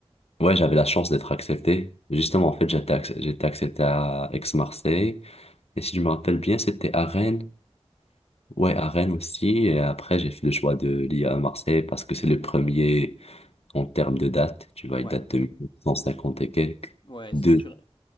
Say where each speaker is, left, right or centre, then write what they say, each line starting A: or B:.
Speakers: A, on the left (about 85°); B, on the left (about 55°).
A: ouais, j'avais la chance d'être accepté. Justement, en fait, j'étais acc- j'étais accepté à Aix-Marseille. Et si je me rappelle bien, c'était à Rennes. Ouais, à Rennes aussi. Et après, j'ai fait le choix de l'IA à Marseille parce que c'est le premier en termes de date. Tu vois,
B: Ouais.
A: il date de 1950 et quelques.
B: Ouais,
A: Deux.
B: c'est le plus... ré-